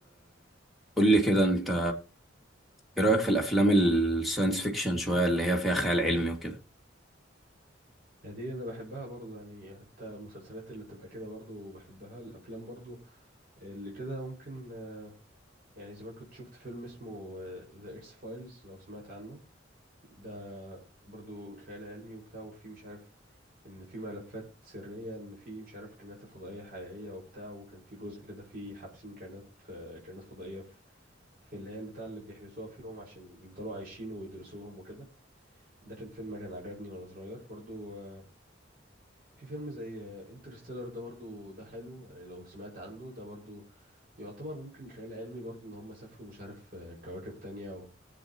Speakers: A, in the centre; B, on the right (about 50°).
A: قول لي كده انت ايه رأيك في الافلام الساينس فيكشن شوية اللي هي فيها خيال علمي وكده
B: هدي أنا بحبها برضو يعني حتى المسلسلات اللي بتبقى كده برضو بحبها الأفلام برضو اللي كده ممكن آه، يعني زمان كنت شفت فيلم اسمه ذا إتس فايلز لو سمعت عنه ده برضو خيال علمي وبتاع وفي مش عارف ان في ملفات سرية ان في مش عارف كائنات الفضائية حقيقية وبتاع وكان في جزء كده في حابسين كائنات في كائنات فضائية في, في اللي هي البتاع اللي بيحبسوها فيهم عشان يفضلوا عايشين ويدرسوهم وكده ده كان فيلم كان عجبني وانا صغير برضو آه، في فيلم زي انترستيلر ده برضو ده حلو يعني لو سمعت عنه ده برضو يعتبر ممكن خيال علمي برضو ان هم سافروا مش عارف آه، كواكب تانية